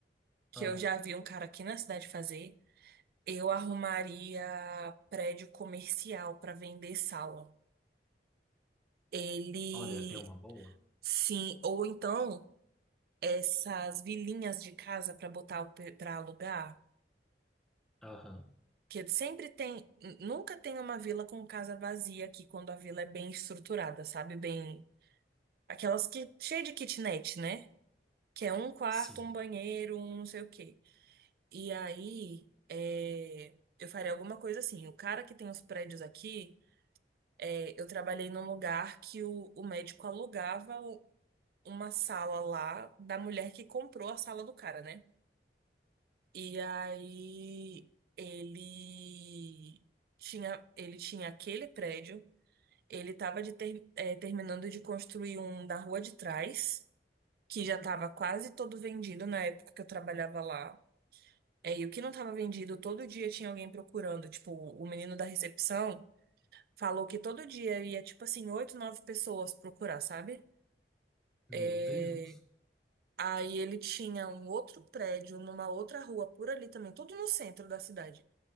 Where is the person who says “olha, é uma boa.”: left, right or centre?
Centre